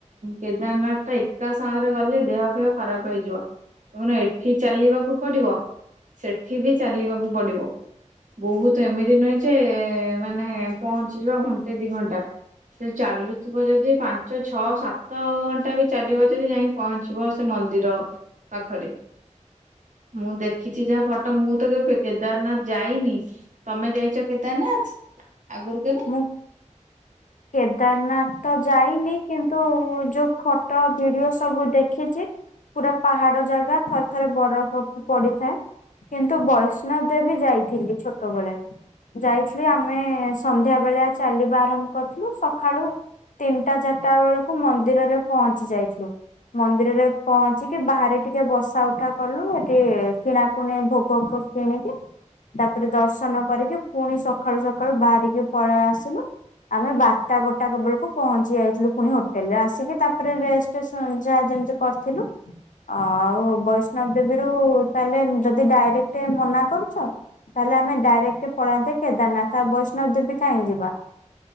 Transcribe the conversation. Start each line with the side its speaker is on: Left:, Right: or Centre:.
Right: କେଦାରନାଥ ଟା ଏକା ସାଙ୍ଗରେ ଗଲେ ଦେହପେହ ଖରାପ ହେଇଯିବ ପୁଣି ଏଠି ଚାଲିବାକୁ ପଡିବ ସେଠି ବି ଚାଲିବାକୁ ପଡିବ ବହୁତ ଏମିତି ନୁହେଁ ଯେ ଏ ମାନେ ପହଞ୍ଚିଯିବା ଘଣ୍ଟେ ଦି ଘଣ୍ଟା ସେ ଚାଲୁଥିବ ଯଦି ପାଞ୍ଚ ଛଅ ସାତ ଘଣ୍ଟା ବି ଚାଲିବ ଯଦି ଯାଇକି ପହଞ୍ଚିବ ସେ ମନ୍ଦିର ପାଖରେ ମୁଁ ଦେଖିଛି ଯାହା ଫଟୋ ମୁଁ ତ କେବେ କେଦାରନାଥ ଯାଇନି ତମେ ଯାଇଛ କେଦାରନାଥ ଆଗରୁ କେବେ?
Left: ମୁଁ କେଦାରନାଥ ତ ଯାଇନି କିନ୍ତୁ ଯୋଉ ଖଟୋ ଭିଡିଓ ସବୁ ଦେଖିଛି ପୁରା ପାହାଡ ଜାଗା ଥରେ ଥରେ ବରଫ ପଡିଥାଏ କିନ୍ତୁ ବୈଷ୍ଣବଦେବୀ ଯାଇଥିଲି ଛୋଟବେଳେ ଯାଇଥିଲି ଆମେ ସନ୍ଧ୍ୟା ବେଳିଆ ଚାଲିବା ଆରମ୍ଭ କରିଥିଲୁ ସକାଳୁ ତିନିଟା ଚାରିଟା ବେଳକୁ ମନ୍ଦିରରେ ପହଞ୍ଚି ଯାଇଥିଲୁ ମନ୍ଦିରରେ ପହଞ୍ଚିକି ବାହାରେ ଟିକେ ବସାଉଠା କଲୁ ଏଠି କିଣାକୁଣି ଭୋଗ ଭୋଗ କିଣିକି ତାପରେ ଦର୍ଶନ କରିକି ପୁଣି ସକାଳୁ ସକାଳୁ ବାହାରିକି କି ପଳେଇ ଆସିଲୁ ଆମେ ବାରଟା ଗୋଟାକବେଳକୁ ପହଞ୍ଚି ଯାଇଥିଲୁ ପୁଣି ହୋଟେଲରେ ଆସିକି ତାପରେ ରେଷ୍ଟ ଉ ଯାହା ଯେମିତି କରିଥିଲୁ ଆଉ ବୈଷ୍ଣବଦେବୀରୁୁ ତାହେଲେ ଯଦି ଡାଇରେକ୍ଟ ମନା କରୁଛ ତାହେଲେ ଆମେ ଡାଇରେକ୍ଟ ପଳାନ୍ତେ କେଦାରନାଥ ଆଉ ବୈଷ୍ଣବଦେବୀ କାହିଁ ଯିବା